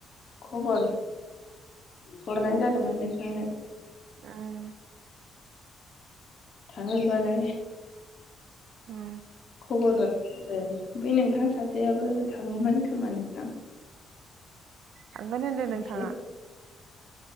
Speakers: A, on the left; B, on the right.
A: खबर हरनाय जादोंमोन नोंथांनो
B: ओम
A: थांङो बालाय
B: उम
A: खबर हर ए बै नोंथां सासेयाबो थाङोमोन खोमा नोंथां
B: थांगोन होनदों
A: मोनसे
B: नोंथाङा